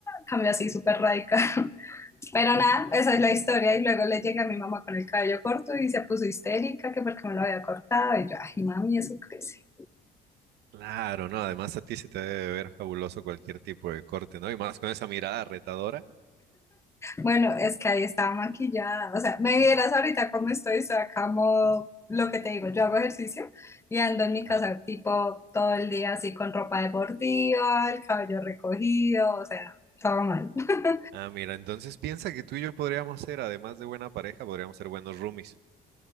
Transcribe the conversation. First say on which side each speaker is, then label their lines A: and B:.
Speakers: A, on the left (about 15°); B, on the right (about 75°).
A: cambió así súper radical. <laughs> Pero nada, esa es la historia. Y luego le llegué a mi mamá con el cabello corto y se puso histérica que porque me lo había cortado. Y yo, ay, mami, eso crece.
B: claro, ¿no? Además, a ti se te debe ver fabuloso cualquier tipo de corte, ¿no? Y más con esa mirada retadora.
A: Bueno, es que ahí estaba maquillada. O sea, me vieras ahorita cómo estoy, estoy acá como lo que te digo, yo hago ejercicio y ando en mi casa
B: Ajá.
A: tipo todo el día así con ropa deportiva, el cabello recogido, o sea, todo mal. <laughs>
B: Ah, mira, entonces piensa que tú y yo podríamos ser, además de buena pareja, podríamos ser buenos roomies.